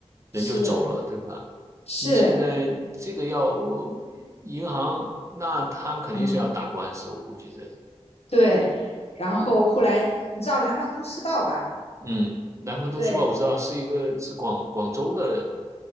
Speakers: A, on the right; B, on the left.
A: 人就走了，
B: 是
A: 对吧？
B: 是，
A: 你现在这个要我银行，那他们肯定是要打官司，
B: 嗯，
A: 我估计这。
B: 对。然后后来你知道《南方都市报》吧？
A: 嗯，南方都市报我知道是一个是广广州的
B: 对，